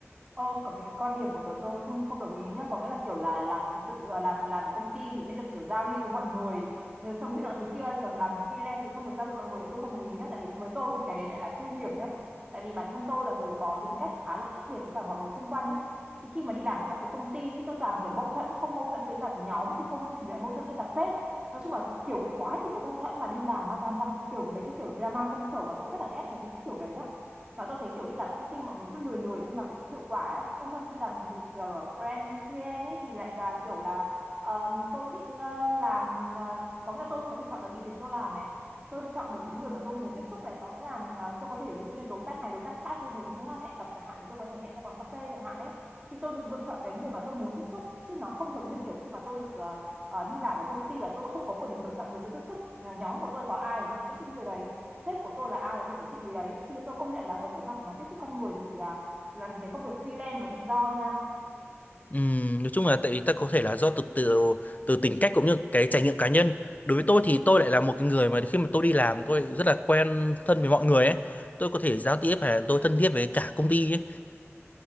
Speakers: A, on the right; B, on the left.
A: Ờ, có cái quan điểm của tớ tôi không không đồng ý nhá có nghĩa là kiểu là làm tự làm làm ở công ty thì sẽ được kiểu giao lưu với mọi người rồi xong thế nọ thế kia rồi làm freelance thì không được giao lưu với mọi người thì tôi không đồng ý nhá tại vì với tôi thì cái đấy lại là ưu điểm nhá tại vì bản thân tôi là người có tính cách khá là khác biệt với cả mọi người xung quanh ý thì khi mà đi làm ở các cái công ty ý, tôi toàn kiểu mâu thuẫn không mâu thuẫn với cả nhóm thì không thì lại mâu thuẫn với cả sếp nói chung là kiểu quái thì cũng mâu thuẫn mà đi làm mà toàn gặp kiểu mấy cái kiểu drama công sở mà tôi rất là ghét mấy cái kiểu đấy nhá và tôi thấy kiểu đi làm công ty mọi người cứ lười lười xong làm việc không hiệu quả ấy. Nhưng mà trong khi làm việc ờ, brand freelance ấy thì lại là kiểu là ờ, tôi thích ờ, làm ờ, có nghĩa là tôi có thể chọn được địa điểm tôi làm này tôi được chọn được cái người mà tôi muốn tiếp xúc này có nghĩa là ờ, tôi có thể ví dụ như đối tác này đối tác khác tôi muốn uh, hẹn gặp chẳng hạn thì tôi có thể hẹn ra quán cà phê chẳng hạn ấy thì tôi được lựa chọn cái người mà tôi muốn tiếp xúc chứ nó không giống như kiểu khi mà tôi được ờ, ờ, đi làm ở công ty là tôi không có quyền được lựa chọn người tôi tiếp xúc Uh, nhóm của tôi có ai thì tôi tiếp xúc với người đấy sếp của tôi là ai thì tôi phải chịu mùi đấy thì tôi công nhận là ở cái mặt mà tiếp xúc con người thì à, làm cái công việc freelance nó tự do nha
B: Ừm, nói chung là tại vì ta có thể là do từ từ từ tính cách cũng như cái trải nghiệm cá nhân đối với tôi thì tôi lại là một cái người mà khi mà tôi đi làm tôi rất là quen thân với mọi người ấy tôi có thể giao tiếp hay là tôi thân thiết với cả công ty ấy